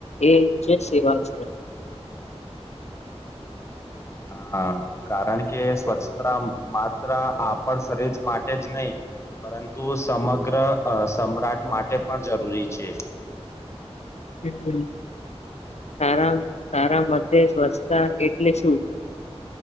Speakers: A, on the left; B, on the left.
A: એ જે સેવા છે
B: હા કારણ કે સ્વચ્છતા માત્ર આપણ શરીર માટે જ નહી પરંતુ સમગ્ર સમ્રાટ માટે પણ જરૂરી છે
A: હમ, તારા તારા મધ સ્વચ્છતા એટલે શું